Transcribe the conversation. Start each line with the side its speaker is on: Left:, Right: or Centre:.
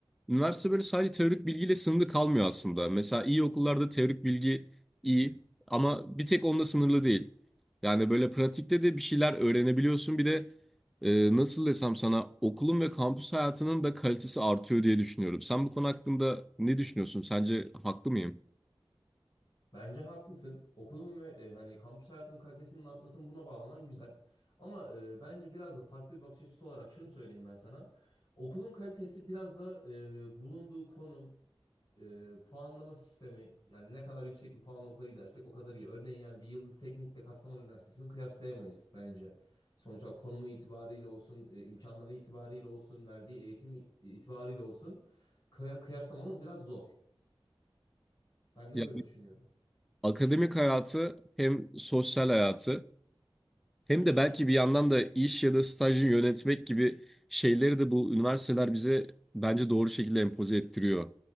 Centre: Üniversite böyle sadece teorik bilgiyle sınırlı kalmıyor aslında. Mesela iyi okullarda teorik bilgi iyi ama bir tek onunla sınırlı değil. Yani böyle pratikte de bir şeyler öğrenebiliyorsun. Bir de e, nasıl desem sana okulun ve kampüs hayatının da kalitesi artıyor diye düşünüyorum. Sen bu konu hakkında ne düşünüyorsun? Sence haklı mıyım?
Left: Bence haklısın. Okulun ve e, hani kampüs hayatının kalitesinin artmasını buna bağlaman güzel. Ama e, bence biraz da farklı bir bakış açısı olarak şunu söyleyeyim ben sana. Okulun kalitesi biraz da e, bulunduğu konum, e, puanlama sistemi yani ne kadar yüksek bir puanla okula gidersek o kadar iyi. Örneğin yani bir Yıldız Teknik'le Kastamonu Üniversitesi'ni kıyaslayamayız bence. Sonuç olarak konumu itibariyle olsun, e, imkanları itibariyle olsun, verdiği eğitim itibariyle olsun kıya- kıyaslamamız biraz zor. Ben de
Centre: Ya,
Left: böyle düşünüyorum.
Centre: akademik hayatı hem sosyal hayatı Hem de belki bir yandan da iş ya da stajı yönetmek gibi şeyleri de bu üniversiteler bize bence doğru şekilde empoze ettiriyor.